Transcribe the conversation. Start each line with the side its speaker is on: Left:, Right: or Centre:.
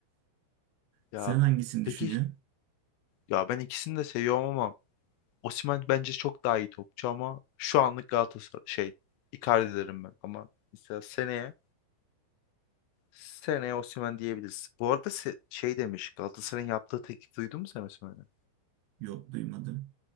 Left: Ya
Right: Sen hangisini düşünüyorsun?
Left: peki ya ben ikisini de seviyorum ama Osimhen bence çok daha iyi topçu ama şu anlık Galatasaray şey Icardi derim ben ama mesela seneye seneye Osimhen diyebiliriz. Bu arada se- şey demiş Galatasaray'ın yaptığı teklif duydun mu sen Osimhen'e?
Right: Yok duymadım.